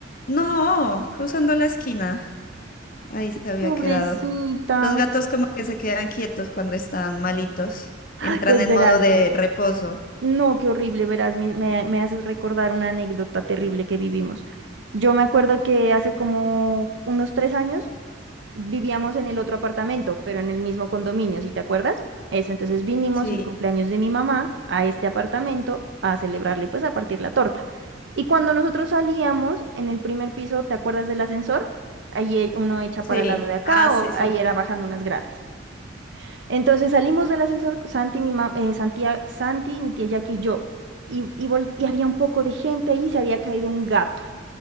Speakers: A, on the left (about 45°); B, on the right (about 70°).
A: No, cruzando la esquina. Ahí se había
B: Pobrecita.
A: quedado. Los gatos como que se quedan quietos cuando están malitos.
B: Ay,
A: Entran
B: pues
A: en
B: verás.
A: modo de reposo.
B: No, qué horrible, verás. Me, me- me haces recordar una anécdota terrible que vivimos. Yo me acuerdo que hace como unos tres años vivíamos en el otro apartamento, pero en el mismo condominio, ¿sí te acuerdas? Eso, entonces vinimos
A: Sí,
B: el cumpleaños de mi mamá a este apartamento a celebrarle, pues a partir la torta. Y cuando nosotros salíamos en el primer piso, ¿te acuerdas del ascensor? Ahí e- uno echa
A: sí.
B: para el lado de acá
A: Ah,
B: o
A: sí,
B: ahí
A: sí, sí.
B: era bajando
A: sí.
B: unas gradas. Entonces salimos del ascensor, Santi, mi ma- eh, Santia- Santi, mi tía Jackie y yo. Y, y, vol- y había un poco de gente ahí y se había caído un gato